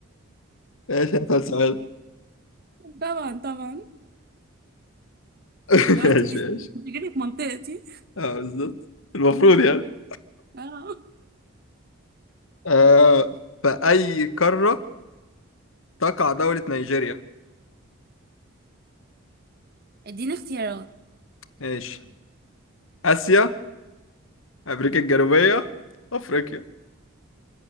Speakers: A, on the left; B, on the right.
A: إيش أسهل سؤال
B: طبعا طبعا
A: <laughs>
B: لو
A: إيش
B: انت بتسألي
A: إيش
B: انت جيتي في منطقتي
A: اه بالظبط المفروض يعني
B: اه
A: آه في أي قارة تقع دولة نيجيريا
B: اديني اختيارات
A: إيش آسيا أمريكا الجنوبية أفريقيا